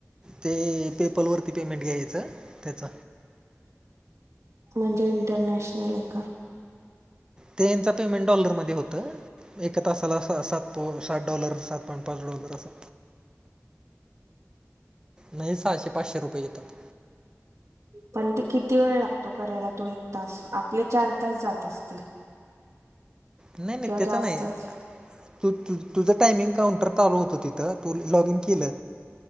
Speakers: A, on the right; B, on the right.
A: ते पेपर वरती पेमेंट घ्यायचं त्याच
B: म्हणजे इंटरनॅशनल आहे का
A: त्यांचं पेमेंट डॉलरमध्ये होत तासाला असं सात डॉलर सात पॉईंट पाच डॉलर असा नाही सहाशे पाचशे रुपये येतात
B: पण ते किती वेळ लागतो करायला तो एक तास आपले चार तास जात असतील
A: नाही नाही
B: किंवा
A: त्याचं
B: जास्तच
A: नाही तू तु तुझं टायमिंग काउंटर चालू होतं तिथं लॉगिन केलं